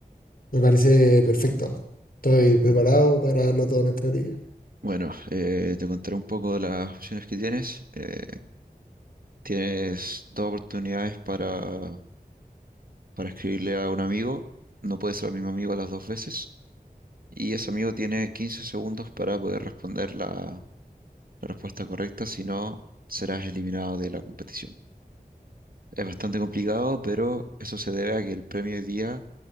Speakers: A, on the left; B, on the right.
A: Me parece perfecto. Estoy preparado para darlo todo en esta liga.
B: Bueno, eh, te contaré un poco de las opciones que tienes. Eh, tienes dos oportunidades para para escribirle a un amigo. No puede ser el mismo amigo las dos veces. Y ese amigo tiene 15 segundos para poder responder la, la respuesta correcta, si no, serás eliminado de la competición. Es bastante complicado, pero eso se debe a que el premio hoy día